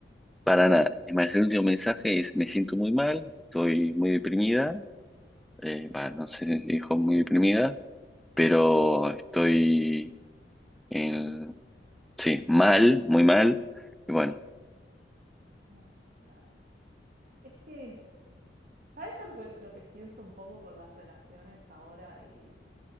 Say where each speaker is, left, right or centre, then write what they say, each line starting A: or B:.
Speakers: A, in the centre; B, on the right.
A: Para nada. Imagínate, el último mensaje es, me siento muy mal, estoy muy deprimida, eh, bah, no sé si dijo muy deprimida, pero estoy en, sí, mal, muy mal. Y bueno,
B: Ah, claro. Es que, ¿sabes yo lo que, lo que siento un poco con las relaciones ahora y